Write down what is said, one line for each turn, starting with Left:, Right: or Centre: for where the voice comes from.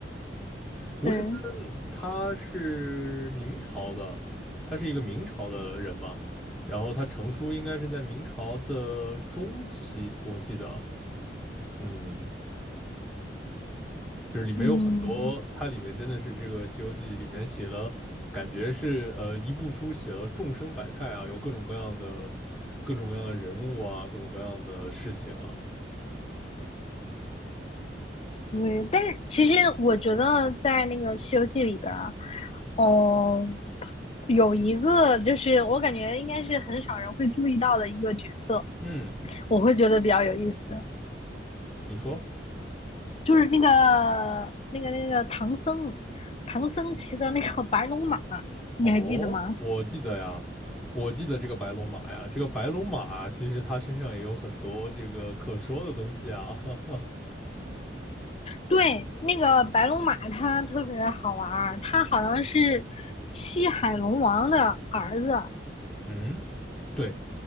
Centre: 吴承恩他是明朝的，
Left: 对，
Centre: 他是一个明朝的人嘛，然后他成书应该是在明朝的中期，我记得啊嗯。就是里面有很多，
Left: 嗯，
Centre: 它里面真的是这个《西游记》里面写了，感觉是呃一部书写了众生百态啊，有各种各样的各种各样的人物啊，各种各样的事情啊。
Left: 对，但是其实我觉得在那个《西游记》里边儿，哦，有一个就是我感觉应该是很少人会注意到的一个角色，
Centre: 嗯，
Left: 我会觉得比较有意思，
Centre: 你说？
Left: 就是那个那个那个唐僧，唐僧骑的那个白龙马，你还记得吗？
Centre: 哦，我记得呀，我记得这个白龙马呀，这个白龙马其实它身上也有很多这个可说的东西啊。<laughs> 哈哈。
Left: 对，那个白龙马它特别好玩儿，它好像是西海龙王的儿子，
Centre: 嗯，对，